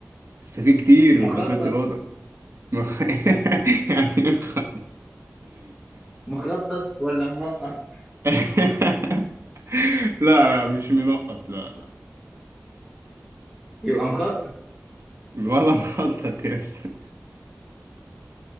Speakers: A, on the right; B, in the centre.
A: بس في كتير
B: مخطط
A: من فصيلة القطط مخ... <laughs> يعني إيه مخ...
B: مخطط ولا منقط
A: <laughs> لا لا مش منقط لا لا
B: يبقى مخطط
A: ولا مخطط يا اسطى